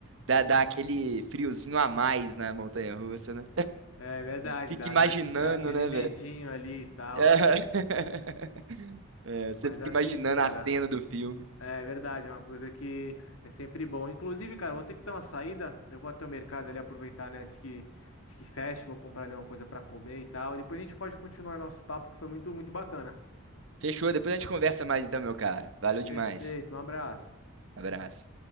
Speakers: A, on the right; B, on the left.
A: dá, dá aquele friozinho a mais na montanha-russa, né?
B: É verdade,
A: Fica
B: dá,
A: imaginando,
B: dá, dá aquele
A: né,
B: medinho ali e tal,
A: é, <laughs>
B: né?
A: É, você
B: Mas
A: fica
B: assim,
A: imaginando
B: cara,
A: a cena do filme.
B: É verdade, é uma coisa que é sempre bom. Inclusive, cara, eu vou ter que dar uma saída. Eu vou até o mercado ali aproveitar, né, antes que, antes que feche, vou comprar ali uma coisa para comer e tal. E depois a gente pode continuar nosso papo, que foi muito, muito bacana.
A: Fechou, depois a gente conversa mais então, meu cara. Valeu
B: Perfeito,
A: demais.
B: um abraço.
A: Abraço.